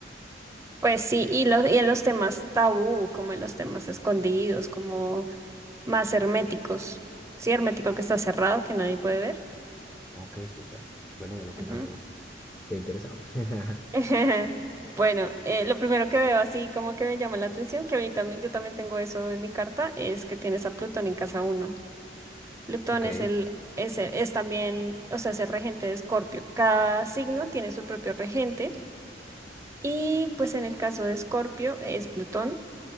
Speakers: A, on the right; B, in the centre.
A: pues sí, y, los, y en los temas tabú, como en los temas escondidos, como más herméticos. Sí, hermético que está cerrado, que nadie puede ver.
B: Ok, súper. Bueno, bueno, cuéntame
A: Ujú.
B: más. Te he interesado. <laughs>
A: <laughs> Bueno, eh, lo primero que veo así como que me llama la atención, que a mí también, yo también tengo eso en mi carta, es que tienes a Plutón en casa uno. Plutón
B: Ok.
A: es el, es, el- es también, o sea, es el regente de Escorpio. Cada signo tiene su propio regente y pues en el caso de Escorpio es Plutón